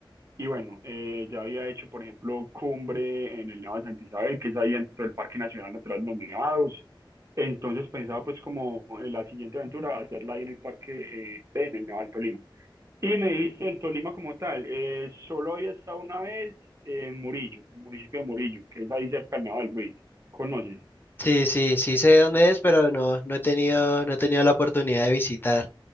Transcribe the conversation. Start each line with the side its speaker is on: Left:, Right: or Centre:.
Right: Y bueno, eh, ya había hecho, por ejemplo, cumbre en el Nevado de Santa Isabel, que es ahí dentro del Parque Nacional Natural de los Nevados. Entonces pensaba pues como en la siguiente aventura hacerla ahí en el parque, eh, en el Nevado del Tolima. Y me dijiste el Tolima como tal. eh, solo había estado una vez en Murillo, en el municipio de Murillo, que es ahí cerca del Nevado del Ruiz. ¿Conoces?
Left: Sí, sí, sí sé dónde es, pero no, no he tenido, no he tenido la oportunidad de visitar.